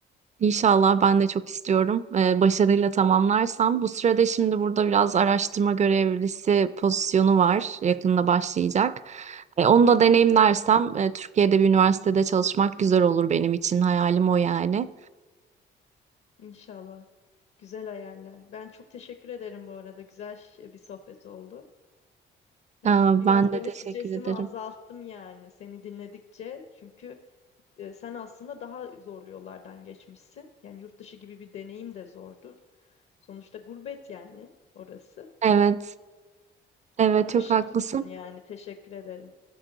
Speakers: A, on the right (about 35°); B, on the left (about 70°).
A: inşallah ben de çok istiyorum. Ee, başarıyla tamamlarsam. Bu sırada şimdi burada biraz araştırma görevlisi pozisyonu var. Yakında başlayacak. E, onu
B: Hı hı,
A: da deneyimlersem e, Türkiye'de bir üniversitede çalışmak güzel olur benim için. Hayalim o yani.
B: İnşallah. Güzel hayaller. Ben çok teşekkür ederim bu arada. Güzel ş- bir sohbet oldu. Yani
A: Aa,
B: biraz
A: ben
B: böyle
A: de teşekkür
B: stresimi
A: ederim.
B: azalttım yani seni dinledikçe. Çünkü e, sen aslında daha zorlu yollardan geçmişsin. Yani yurt dışı gibi bir deneyim de zordur. Sonuçta gurbet yani orası.
A: Evet, evet
B: Bana
A: çok
B: ışık
A: haklısın.
B: tuttun yani. Teşekkür ederim.